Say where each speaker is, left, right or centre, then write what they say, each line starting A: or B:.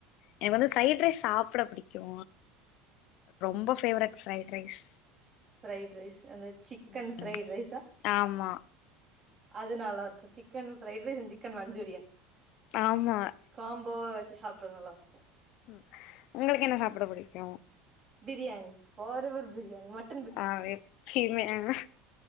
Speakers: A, on the left; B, on the right.
A: எனக்கு வந்து பிரைட் ரைஸ் சாப்ட புடிக் கு ரொம்ப favourite fried rice
B: fried rice அந்த சிக்கன்
A: ம்
B: ஃப்ரைட் ரைஸா
A: ஆமா
B: அது நல்லாருக்கு சிக் கன்னு fried rice and chicken Manchurian
A: ஆமா
B: காம்போவா வச்சு சாப்ட்ற நல்லாருக்கு
A: ம் உங்களுக்கு என்ன சாப்ட புடிக்கு
B: பிரியணி ஃபாரெவர் பிரியாணி மட்
A: அ வெப் ஃபீமே அ